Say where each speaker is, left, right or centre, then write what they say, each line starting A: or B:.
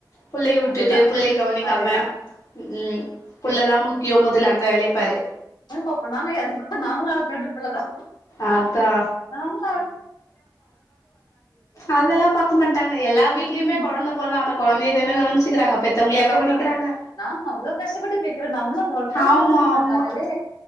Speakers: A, on the left; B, on the left.
A: புள்ளைய உட்டுட்டு
B: அதேதான்
A: புள்ளைய கவனிக்காம
B: அதேதான்
A: ம் புள்ளதா முக் போய் மொதல்ல அந்த வேலய பாரு
B: என்ன பாப்பா நாங்க யாரு நாங்களு அடுத்தவீட்டு புள்ளதா
A: அதா
B: நாங்களு
A: அதெல்லா பாக்க மாட்டாங்க எல்லா வீட்லயுமே
B: ம்
A: கொழந்த பொறந்தா அந்த கொ கொழந்தயதானே கவனிச்சிக்கிறாங்க பெத்தவங்களேய
B: அதேதான்
A: கவனிக்கிறாங்க
B: நாங்க அவ்வளவு கஷ்டப்பட்டு பேக்கிறோம் நம்மளும் ஒருத்தவங்க
A: ஆமா
B: கண்டுக்க மாட்றாங்களே
A: ஆமா